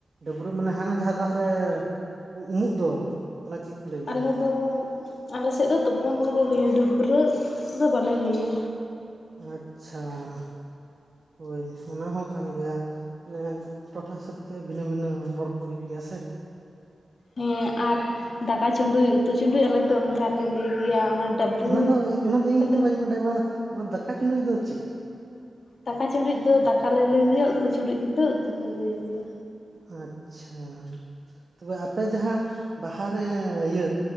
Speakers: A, on the right; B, on the left.
A: ᱰᱟᱹᱵᱨᱟᱹᱜ ᱢᱟᱱᱮ ᱦᱟᱱᱮ ᱡᱟᱦᱟᱸ ᱫᱟᱜ ᱨᱮ ᱩᱢᱩᱜ ᱫᱚ ᱚᱱᱟ ᱪᱮᱫ ᱠᱚ ᱞᱟᱹᱭ ᱜᱮᱭᱟ?
B: ᱟᱞᱮ ᱫᱚ ᱟᱞᱮ ᱥᱮᱫ ᱫᱚ ᱛᱳᱯᱳᱱ ᱜᱮᱞᱮ ᱞᱟᱹᱭᱟ ᱰᱟᱹᱵᱽᱨᱟᱹᱜ ᱫᱚ ᱵᱟᱞᱮ ᱞᱟᱹᱭᱟ᱾
A: ᱟᱪᱪᱷᱟ, ᱦᱳᱭ ᱚᱱᱟ ᱦᱚᱸ ᱠᱟᱱ ᱜᱮᱭᱟ᱾ ᱢᱟᱱᱮ ᱴᱚᱴᱷᱟ ᱦᱤᱥᱟᱹᱵ ᱛᱮ ᱵᱷᱤᱱᱟᱹ ᱵᱷᱤᱱᱟᱹ ᱨᱚᱲ ᱠᱚ ᱦᱩᱭᱩᱜ ᱜᱮᱭᱟ ᱥᱮ᱾
B: ᱦᱮᱸ ᱟᱨ ᱫᱟᱠᱟ ᱪᱩᱸᱰᱩᱡ ᱩᱛᱩ ᱪᱩᱸᱰᱩᱡ ᱟᱞᱮ ᱫᱚ ᱚᱱᱠᱟ ᱞᱮ ᱞᱟᱹᱭ ᱜᱮᱭᱟ᱾ ᱚᱱᱟ ᱰᱟᱹᱵᱩ
A: ᱚᱱᱟ ᱫᱚ ᱤ ᱚᱱᱟ ᱫᱚ ᱤᱧ
B: ᱵᱚᱞᱮ
A: ᱦᱚᱸᱛᱚ ᱵᱟᱹᱧ ᱵᱟᱰᱟᱭᱟ ᱚᱱᱟ ᱫᱟᱠᱟ ᱪᱩᱸᱰᱩᱪ ᱫᱚ ᱪᱮᱫ?
B: ᱫᱟᱠᱟ ᱪᱩᱸᱰᱩᱡ ᱫᱚ ᱫᱟᱠᱟ ᱞᱮ ᱞᱩᱭ ᱜᱮᱭᱟ ᱩᱛᱩ ᱪᱩᱸᱰᱩᱡ ᱛᱮᱫᱚ ᱩᱛᱩ ᱞᱮ ᱞᱩᱭ ᱜᱮᱭᱟ᱾
A: ᱟᱪᱪᱷᱟ, ᱛᱚᱵᱮ ᱟᱯᱮ ᱡᱟᱦᱟᱸ ᱵᱟᱦᱟᱨᱮ ᱤᱭᱟᱹ